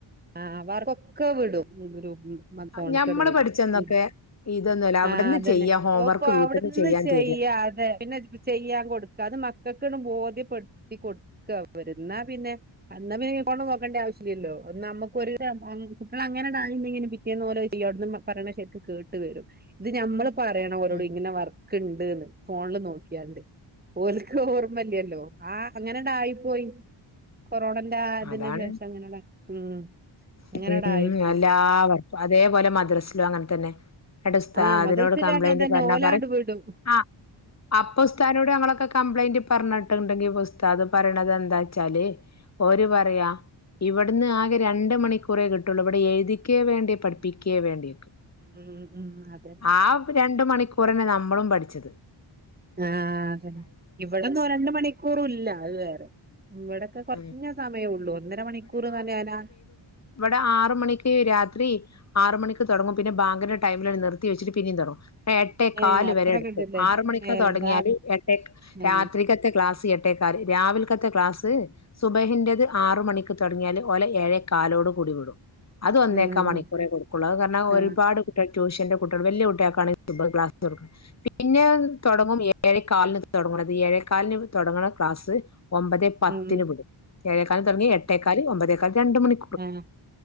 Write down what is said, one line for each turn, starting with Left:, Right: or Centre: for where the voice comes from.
Right: ആഹ് ആഹ് വർ ക്കൊക്കെ വിടും ഗ്രൂപ്പ് ഇന്ന
Left: ഞാൻ
Right: ഫോണ്ക്കാണ്ട്
Left: ഞമ്മള്
Right: വിടും
Left: പഠിച്ചന്നൊക്കെ
Right: ഉം
Left: ഇതൊന്നുമല്ല അവിടുന്ന്
Right: ആഹ് അതന്നെ
Left: ചെയ്യാ ഹോംവർക്ക്
Right: ഓക്കോ
Left: വീട്ടിൽന്ന്
Right: അവിട് ന്ന്
Left: ചെയ്യാൻ
Right: ചെയ്യ
Left: തരിക
Right: ഏ പിന്നെ <unintelligible> ചെയ്യാൻ കൊട്ക്ക അത് മക്കൾക്ക്ണ്ട് ബോധ്യപ്പെട്ത്തി കൊടുക്ക ഇവര് ന്നാ പിന്നെ അന്നാ പിന്നെ <unintelligible> <unintelligible> ണ്ട ആവശ്യല്ലല്ലോ നമ്മുക്ക് ഒര് അങ്ങ കുട്ടിയള് അങ്ങനെണ്ട് ആയീണ്ടെങ്കി പിറ്റേന്ന് ഡായിന്ന് ഇങ്ങനെ പിറ്റേന്ന് ഓലഹ്ചെയ്യും അട്ന്ന് മ പറയ്ണ ശർക്ക് കേട്ട് ഇട്ട് വെരും ഇത് ഞമ്മള് പറയണം ഓരോട്
Left: ഉം
Right: ഇങ്ങനെ വർക്ക് ഇണ്ട്ന്ന് ഫോണ്ല് നോക്കിയാണ്ട് ഓൽക്ക് ഓർമ്മല്ലല്ലോ ആഹ് അങ്ങനെണ്ടായി പോയി കൊറോണന്റെ ആഹ് ഇതിന്
Left: അതാണ്
Right: ശേഷം അങ്ങനട ഉം അങ്ങനെടാ
Left: ഉം ഉം
Right: ആയിപ്പോയി
Left: എല്ലാ വർക്കും അതേപോലെ മദ്രസ് ലും അങ്ങൻ തന്നെ അട്തെസ്താദിനോട്
Right: ആഹ് മദ്രസയില്
Left: കംപ്ലൈൻറ്
Right: അങ്ങനെ തന്നെ
Left: പർഞ്ഞ
Right: ഓലാണ്ട്
Left: പറിം
Right: വിടും
Left: ആഹ് അപ്പൊ ഉസ്താനോട് ഞങ്ങളൊക്കെ കംപ്ലൈന്റ് പർഞ്ഞിട്ട്ണ്ടെങ്കിൽ ഉസ്താത് പറ്ണത് എന്താച്ചാല് ഓര് പറയാ ഇവട്ന്ന് ആകെ രണ് ണ്ട് മണിക്കൂറെ കിട്ടുള്ളൂ ഇവിടെ എഴുതിക്കേ വേണ്ടി പഠിപ്പിക്കേ വേണ്ടി
Right: ഉം ഉം അതന്നെ
Left: ആഹ് രണ്ട് മണിക്കൂറന്നെ നമ്മളും പട്ച്ചത്
Right: ആഹ് അതെ ഇവിടന്നും രണ്ട് മണിക്കൂറും ഇല്ല അത് വേറെ ഇവടൊക്കെ കൊർഞ്ഞ
Left: ഉം
Right: സമയൊള്ളൂ ഒന്നര മണിക്കൂർ തന്നെയാനാ
Left: ഇവടെ ആറ് മണിക്ക് രാത്രി ആറ് മണിക്ക് തൊട്ങ്ങും പിന്നെ ബാങ്കിന്റെ ടൈമില് നിർത്തി വെച്ചിട്ട് പിന്നെയും തൊട്ങ്ങും എട്ടേക്കാല്
Right: ഏ അത്രൊക്കെ
Left: വരെ എട്ത്തു
Right: ഇണ്ടല്ലേ
Left: ആറ് മണിക്ക്
Right: ഏ
Left: തൊട്ങ്ങിയാല്
Right: രാ
Left: എട്ടേ ക്
Right: ഏ
Left: രാത്രി കെ ത്തെ ക്ലാസ് എട്ടേക്കാല് രാവില്ക്കത്തെ ക്ലാസ് സുബഹിന്റത് ആറു മണിക്ക് തൊട്ങ്ങിയാല് ഓലെഏഴേ കാലോട് കൂടി വിടും അത് ഒന്നേക്കാ
Right: ഉം ഉം
Left: മണിക്കൂറെ
Right: ഉം
Left: കൊടുക്കൊള്ളു അത്‌ കാരണം
Right: ആ
Left: ഒരുപാട് <unintelligible> ട്യൂഷന്റെ കുട്ടിയേൾ വലിയ കുട്ടിയാക്കാണ് <unintelligible> ക്ലാസ് കൊടുക്കുന്നെ പിന്നെ തൊടങ്ങും ഏഴേക്കാല്ന് തൊട്ങ്ങ്ണത് ഏഴേക്കാല്ന് തൊട്ങ്ങ്ണ ക്ലാസ് ഒമ്പതേ പത്ത്ന്
Right: ഉം ഉം
Left: വിടും ഏഴേക്കാലി തൊട്ങ്ങി എട്ടേക്കാല് ഒമ്പതേക്കാല് രണ്ട് മണി
Right: ആഹ്